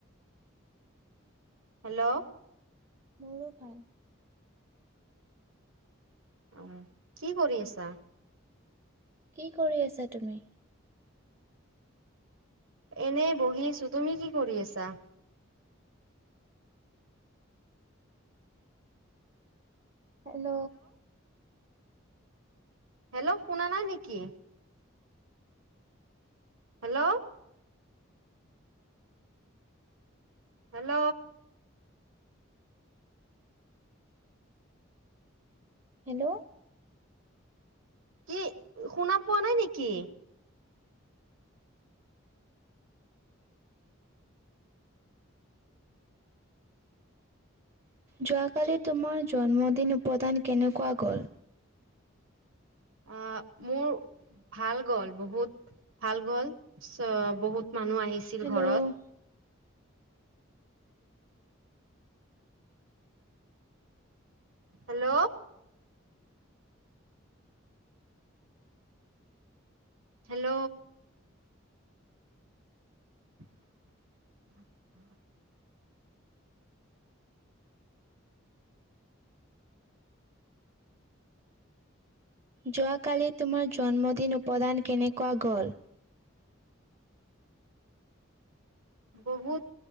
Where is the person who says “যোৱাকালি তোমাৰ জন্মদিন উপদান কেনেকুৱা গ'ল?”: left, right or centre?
Right